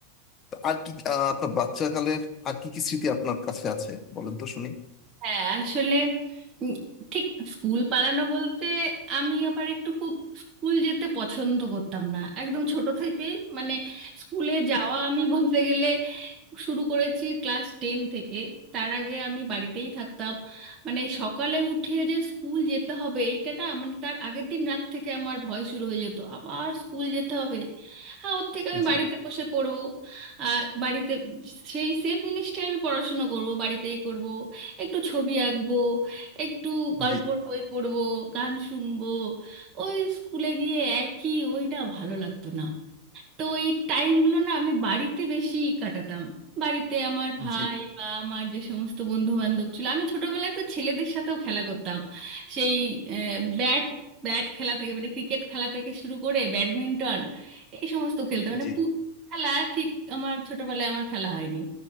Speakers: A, on the left; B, on the right.
A: তো আর কি আহ, আপনার বাচ্চাকালের আর কি কি স্মৃতি আপনার কাছে আছে বলেন তো শুনি
B: হ্যাঁ আসলে উম, ঠিক স্কুল পালানো বলতে আমি আবার একটু খুব স্কুল যেতে পছন্দ করতাম না একদম ছোট থেকেই মানে স্কুলে যাওয়া আমি বলতে গেলে শুরু করেছি ক্লাস টেন থেকে তার আগে আমি বাড়িতেই থাকতাম মানে সকালে উঠে যে স্কুল যেতে হবে এইটা না মানে তার আগের দিন রাত থেকে আমার ভয় শুরু হয়ে যেত আবার স্কুল যেতে হবে হ্যাঁ ওর থেকে আমি
A: জি
B: বাড়িতে বসে পড়বো আর বাড়িতে সেই সেম জিনিসটাই আমি পড়াশুনো করব বাড়িতেই করব একটু ছবি আঁকবো একটু গল্পর
A: জি
B: বই পড়বো গান শুনবো ওই স্কুলে গিয়ে একই ওই না ভালো লাগতো না তো এই টাইমগুলো না আমি বাড়িতে বেশি কাটাতাম বাড়িতে আমার ভাই
A: জি
B: বা আমার যে সমস্ত বন্ধু বান্ধব ছিল আমি ছোটবেলায় তো ছেলেদের সাথেও খেলা করতাম সেই আহ, ব্যাট ব্যাট খেলা থেকে মানে ক্রিকেট খেলা থেকে শুরু করে ব্যাডমিন্টন এই সমস্ত খেলতাম মানে
A: জি
B: পুরো খেলা ঠিক আমার ছোটবেলায় আমার খেলা হয়নি